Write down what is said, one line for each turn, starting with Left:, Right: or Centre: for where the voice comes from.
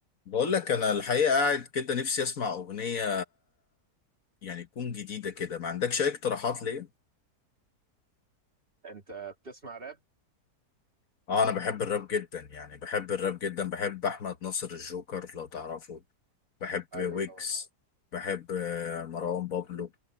Left: بقول لك انا الحقيقه قاعد كده نفسي اسمع اغنيه يعني تكون جديده كده ما عندكش اي اقتراحات ليا
Right: انت بتسمع راب
Left: اه انا بحب الراب جدا يعني بحب الراب جدا بحب احمد ناصر الجوكر لو تعرفه بحب
Right: ايوه
Left: ويجز
Right: طبعا عارف
Left: بحب آه، مروان
Right: اه
Left: بابلو